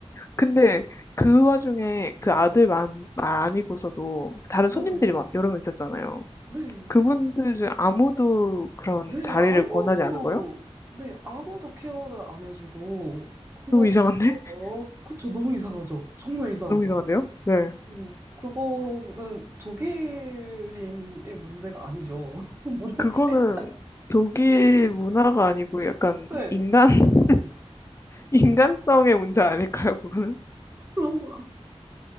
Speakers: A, on the left; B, on the right.
A: 근데 그 와중에 그 아들 만, 말 아니고서도 다른
B: 네,
A: 손님들이 막 여러 명 있었잖아요.
B: 네.
A: 그분들은 아무도 그런
B: 네,
A: 자리를
B: 아무도,
A: 권하지 않은 거예요?
B: 네, 아무도 케어를 안 해주고, 그거,
A: 너무 이상한데?
B: 어,
A: <laughs>
B: 그쵸, 너무 이상하죠. 정말 이상하죠.
A: 너무 이상한데요? 네.
B: 음, 그거는 독일인의 문제가 아니죠. <laughs> 문화
A: 그거는
B: 차이가.
A: 독일 문화가 아니고 약간
B: 네,
A: 인간, <laughs> 인간성의 문제 아닐까요, 그거는?
B: 그런 것